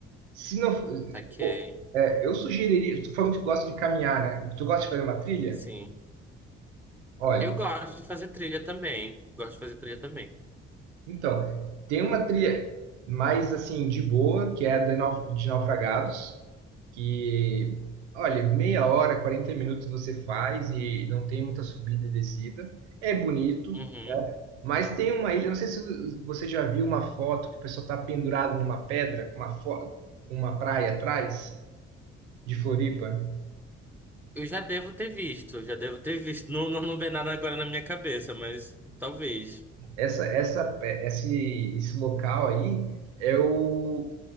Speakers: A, on the right; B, in the centre.
A: Se não, fo-
B: Saquei.
A: é, eu sugeriria, tu falou que gosta de caminhar, né? Tu gosta de fazer uma trilha?
B: Sim.
A: Olha,
B: Eu gosto de fazer trilha também. Gosto de fazer trilha também.
A: Então, tem uma trilha mais assim de boa, que é a de nau- de Naufragados, que, olha, meia hora, 40 minutos você faz e não tem muita subida e descida. É bonito,
B: Uhum.
A: né? Mas tem uma ilha, não sei se você já viu uma foto que o pessoal está pendurado numa pedra, com uma, fo- com uma praia atrás de Floripa.
B: Eu já devo ter visto, já devo ter visto. Não, não, não vem nada agora na minha cabeça, mas talvez.
A: Essa, essa, esse, esse local aí é o